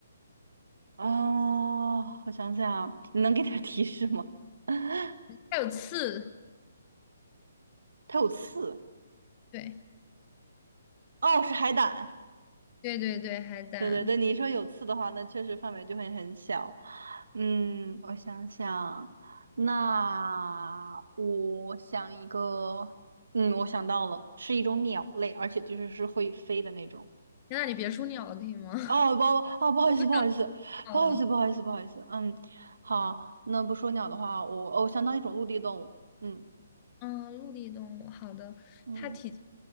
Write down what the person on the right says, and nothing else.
啊，我想想啊，你能给点提示吗？<laughs>
它有刺
哦，是海胆。
对对对，你说有刺的话，那确实范围就会很小。嗯，我想想，那我想一个，嗯，我想到了，是一种鸟类，而且就是是会飞的那种。
哦，不，哦，不好意思，
不好意思，不好意思，
不好意思，不好意思。嗯，好，那不说鸟的话，我哦我想到一种陆地动物。嗯
嗯